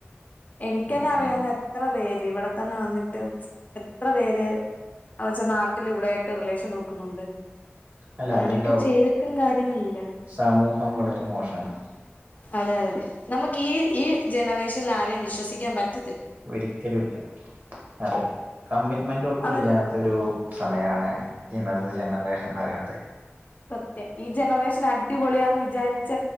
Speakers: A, on the left; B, on the right.
A: എനിക്കന്നെ
B: ഓക്കെ
A: അറിയാവ്ന്ന എത്ര പേര് ഇവിടെ തന്നെ വന്നിട്ട് എത്ര പേര് അവെച്ചാ നാട്ടില് വിടെയായിട്ട് റിലേഷൻ നോക്കുന്നുണ്ട്.
B: അല്ല
A: അങ്ങനെക്കെ
B: അതുണ്ടാവും
A: ചെയ്തിട്ടും കാര്യങ്ങളില്ല.
B: സമൂഹം വളരെ മോശമാണ്
A: അതെ അതെ നമ്മക്കീ ഈ ജനറേഷൻലാരേം വിശ്വസിക്കാൻ പറ്റ
B: ഒരിക്കലുല്ല അതെ കമ്മിറ്റ്മെന്റ് ഒട്ടുല്ലാത്തൊരു.
A: അത്
B: സമയാണ് ഇന്നത്തെ ജനറേഷൻ എന്ന് പറയണത്
A: സത്യ ഈ ജനറേഷൻ അഡ അടിപൊളിയാന്ന് വിചാരിച്ച